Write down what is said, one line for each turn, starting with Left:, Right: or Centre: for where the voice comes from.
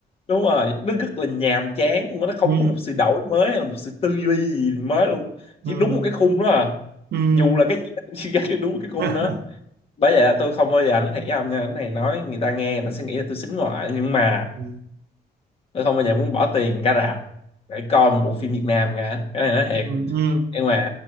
Left: đúng rồi nó rất là nhàm chán luôn á. nó không
Right: ừ.
Left: có một sự đổi mới hay là một sự tư duy gì mới luôn chỉ
Right: Ừ,
Left: đúng một cái khung đó à
Right: ừ,
Left: dù là cái gì nó cũng chỉ ra cái đúng cái khung
Right: <laughs>
Left: đó
Right: ừ,
Left: bởi vậy là tôi không bao giờ nó thiệt với ông nha cái này nói người ta nghe người ta sẽ nghĩ là tôi xính ngoại nhưng mà
Right: ừ,
Left: tôi không bao giờ muốn bỏ tiền ra rạp để coi một bộ phim Việt Nam cả cái này nói thiệt
Right: ừ, ừ,
Left: nhưng mà